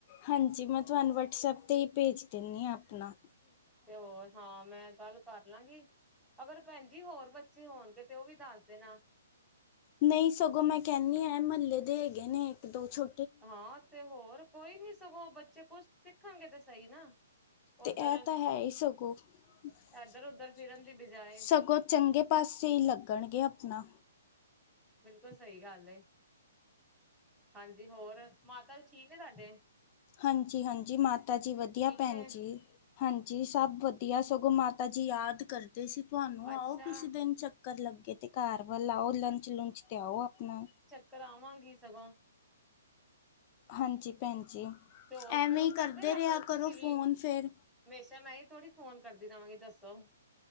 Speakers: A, on the left (about 35°); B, in the centre.
A: ਹਾਂਜੀ, ਮੈਂ ਤੁਆਨੂੰ ਵਟਸਐਪ ਤੇ ਈ ਭੇਜ ਦੇਨੀ ਆ ਆਪਨਾ।
B: ਤੇ, ਹੋਰ, ਹਾਂ ਮੈਂ ਕੱਲ ਕਰ ਲਾਂਗੀ, ਅਗਰ ਭੈਨਜੀ ਹੋਰ ਬੱਚੇ ਹੋਨਗੇ ਤੇ ਔ ਵੀ ਦੱਸ ਦੇਨਾ।
A: ਨਈ ਸਗੋਂ ਮੈਂ ਕੈਨੀ ਆ ਐ ਮੱਲੇ ਦੇ ਹੈਗੇ ਨੇ ਇੱਕ ਦੋ ਛੋ
B: ਹਾਂ, ਤੇ ਹੋਰ ਕੋਈ ਨੀ, ਸਗੋਂ ਬੱਚੇ ਕੁਛ ਸਿੱਖਣਗੇ ਤੇ ਸਈ ਨਾ।
A: ਤੇ
B: ਓਧਰ
A: ਐ ਤਾਂ ਹੈ ਈ ਸਗੋਂ-ਸਗੋਂ
B: ਏਧਰ ਉਧਰ ਫਿਰਨ ਦੀ ਬਜਾਏ
A: ਚੰਗੇ ਪਾਸੇ ਈ ਲੱਗਣਗੇ ਆਪਨਾ।
B: ਬਿਲਕੁਲ ਸਈ ਗੱਲ ਏ, ਹਾਂਜੀ ਹੋਰ ਮਾਤਾ ਜੀ ਠੀਕ ਨੇ ਤੁਆਡੇ।
A: ਹਾਂਜੀ-ਹਾਂਜੀ ਮਾਤਾ ਜੀ ਵਦੀਆ ਭੈਨ
B: ਨੇ
A: ਜੀ। ਹਾਂਜੀ ਸਭ ਵਦੀਆ ਸਗੋਂ ਮਾਤਾ ਜੀ ਯਾਦ ਕਰਦੇ ਸੀ ਤੁਆਨੂੰ
B: ਅੱਛਾ
A: ਆਓ ਕਿਸੇ ਦਿਨ ਚੱਕ ਚੱਕਰ ਲੱਗੇ ਤੇ ਘਰ ਵੱਲ ਆਓ ਲੰਚ ਲੁੰਚ ਤੇ ਆਓ ਆਪਨਾ।
B: ਕੱਲ ਆਵਾਂਗੀ ਸਗੋਂ।
A: ਹਾਂਜੀ ਭੈਨ ਜੀ,
B: ਤੇ ਹੋਰ
A: ਐਵੇਂ
B: ਫੋਨ
A: ਈ ਕਰਦੇ
B: ਰਿਹਾ
A: ਰਿਆ
B: ਤੁਸੀਂ
A: ਕਰੋ ਫ਼ੋਨ
B: ਵੀ
A: ਫੇਰ।
B: ਹਮੇਸ਼ਾ ਮੈਂ ਈ ਥੋੜੀ ਫੋਨ ਕਰਦੀ ਰਵਾਂਗੀ ਦੱਸੋ।